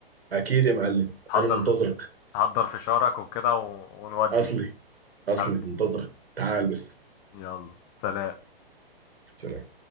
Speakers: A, on the right; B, on the left.
A: اكيد يا معلم
B: حضر
A: انا منتظرك
B: حضر فشارك وكده و- ونودي
A: اصلي اصلي
B: حبيبي
A: منتظرك تعال بس
B: يلا سلام
A: سلام